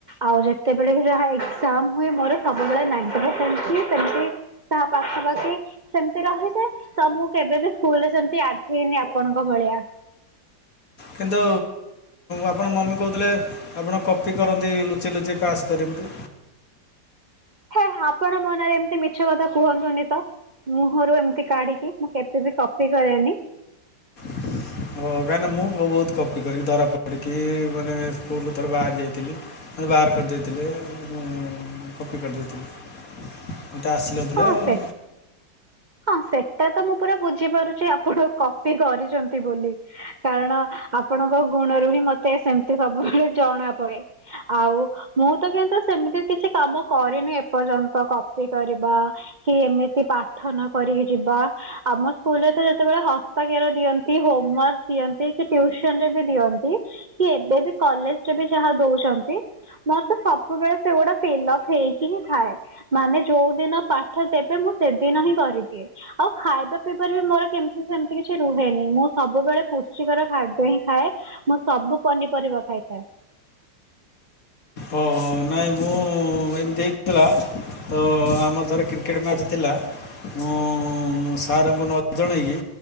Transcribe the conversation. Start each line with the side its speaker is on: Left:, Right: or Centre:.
Right: ଆଉ ଯେତେବେଳେ ବି ସେଟାହା ଏକ୍ସଜାମ ହୁଏ ମୋର ସବୁବେଳେ ନାଇଣ୍ଟି ପରସେଣ୍ଟ ହିଁ ସେମିତି ତାହା ପାଖା ପାଖି ସେମ୍ତି ରହିଥାଏ ତ ମୁଁ କେବେ ବିି ସ୍କୁଲ୍ ରେ ସେମ୍ତି ଆଣ୍ଟେଇନି ଆପଣଙ୍କ ଭଳିଆ।
Left: କିନ୍ତୁ ଆପଣ ମମି କୋହୁଥିଲେ। ଆପଣ କପି କରନ୍ତି ଲୁଚି ଲୁଚି କାସ୍ କରି ଏମିତି।
Right: ହେ ଆପଣ ମନରେ ଏମିତି ମିଛ କଥା କୁହନ୍ତୁନି ତ? ମୁହଁରୁ ଏମିତି କାଢିକି ମୁଁ କେପେ ବି କପି କରେନି।
Left: ହଁ କାହିଁକି ନା ମୁଁ ଭୋ ବୋହୁତ କପି କରିକି ଧରା ପଡିକି ମାନେ ସ୍କୁଲ୍ ରୁ ଥରେ ବାହାରି ଯାଇଥିଲି। ମତେ ବାହାର କରିଦେଇଥିଲେ ମୁଁ କପି କରିଦେଇଥିଲି। ମତେ ଆସିନଥିଲା
Right: ହଁ
Left: ଆଉ।
Right: ସେ ହଁ ସେଟା ତ ମୁଁ ପୁରା ବୁଝିପାରୁଛି ଆପଣ କପି କରିଚନ୍ତି ବୋଲି। କାରଣ ଆପଣଙ୍କ ଗୁଣରୁ ହିଁ ମତେ ସେମ୍ତି ସବୁବେଳେ ଜଣା ପଡ଼େ। ଆଉ ମୁଁ ତ କିନ୍ତୁ ସେମିତି କିଛି କାମ କରିନି ଏପର୍ଯନ୍ତ କପି କରି ବା କି ଏମିତି ପାଠ ନ କରିକି ଯିବା ଆମ ସ୍କୁଲ୍ ରେ ତ ଯେତେବେଳେ ହସ୍ତାକ୍ଷର ଦିଅନ୍ତି ହୋମୱାର୍କ ଦିଅନ୍ତି କି ଟ୍ୟୁସନ୍ ରେ ବି ଦିଅନ୍ତି କି ଏବେ ବି କଲେଜ ରେ ବି ଯାହା ଦୋଉଛନ୍ତି। ମୋର ତ ସବୁବେଳେ ସେଗୁଡା ଫିଲ୍ଅପ୍ ହେଇକି ହିଁ ଥାଏ ମାନେ ଯୋଉ ଦିନ ପାଠ ଦେବେ ମୁଁ ସେଦିନ ହିଁ କରିଦିଏ। ଆଉ ଖାଇବା ପିଇବାରେ ବି ମୋର କେମ୍ତି ସେମ୍ତି କିଛି ରୁହେନି ମୁଁ ସବୁବେଳେ ପୁଷ୍ଟିକର ଖାଦ୍ୟ ହିଁ ଖାଏ। ମୁଁ ସବୁ ପନିପରିବା ଖାଇଥାଏ।
Left: ଓ ନାଇଁ ମୁଁ ଏମିତି ଦେଇଥିଲା ତ ଆମର ଥରେ କ୍ରିକେଟ ମ୍ୟାଚ୍ ଥିଲା ମୁଁ ମଁ ସାରଙ୍କୁ ନ ଜଣେଇକି